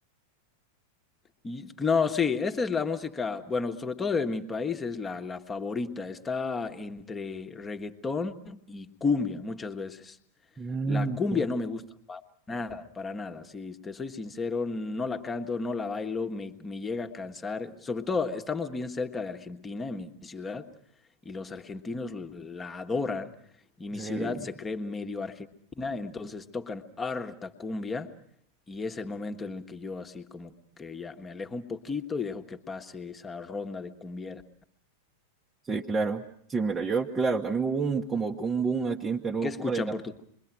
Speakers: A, on the left; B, on the right.
A: y, no, sí, esta es la música, bueno, sobre todo de mi país es la, la favorita, está entre reggaetón y cumbia muchas veces.
B: Mm,
A: La cumbia
B: claro.
A: no me gusta para nada, para nada. Si te soy sincero, no la canto, no la bailo, me, me llega a cansar. Sobre todo, estamos bien cerca de Argentina, en mi ciudad, y los argentinos la adoran, y mi
B: Sí,
A: ciudad se cree medio argentina, entonces tocan harta cumbia, y es el momento en el que yo así como que ya me alejo un poquito y dejo que pase esa ronda de cumbieras.
B: sí, claro. Sí, mira, yo, claro, también hubo un, como que un boom aquí en Perú
A: ¿Qué escuchan
B: por el
A: por tu...